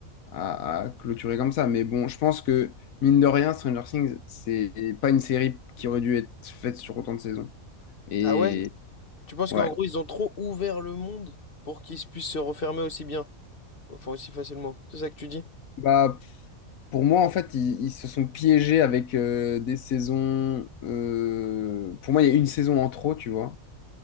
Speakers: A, on the left; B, on the left.
A: à, à clôturer comme ça. Mais bon, je pense que, mine de rien, Stranger Things, c'est pas une série qui aurait dû être faite sur autant de saisons. Et
B: Ah ouais? Tu penses
A: ouais.
B: qu'en gros, ils ont trop ouvert le monde pour qu'ils puissent se refermer aussi bien, enfin aussi facilement. C'est ça que tu dis?
A: Bah, pour moi, en fait, ils, ils se sont piégés avec euh, des saisons. euh, Pour moi, il y a une saison en trop, tu vois.